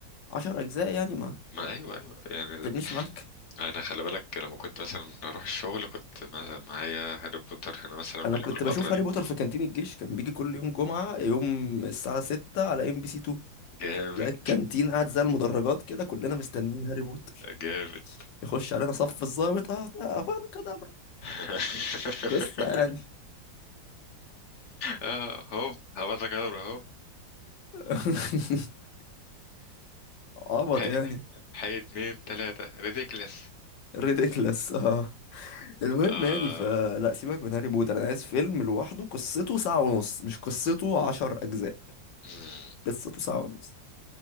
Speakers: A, on the left; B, on the left.
A: عشر أجزاء يعني ما
B: ما ايوه ايوه يعني
A: تبنيش معاك
B: انا خلي بالك لما كنت مثلا اروح الشغل كنت مع- معايا هاري بوتر هنا مثلا
A: أنا
B: والفتره
A: كنت بشوف
B: دي
A: هاري بوتر في كانتين الجيش كان بيجي كل يوم جمعة يوم الساعة ستة على ام بي سي 2
B: جامد
A: لا الكانتين قاعد زي المدرجات كده كلنا مستنيين هاري بوتر
B: جامد
A: يخش علينا صف الضابط اه آه، فاضي كده
B: <laughs>
A: قصة يعني
B: آه، هوب هبدا كده هوب
A: <laughs> عبط
B: حي
A: يعني
B: حي اتنين تلاتة ريديكلس
A: ريديكلس اه المهم
B: آه.
A: يعني فلا سيبك من هاري بوتر انا عايز فيلم لوحده قصته ساعة ونص مش قصته عشر اجزاء
B: مم.
A: قصته ساعة ونص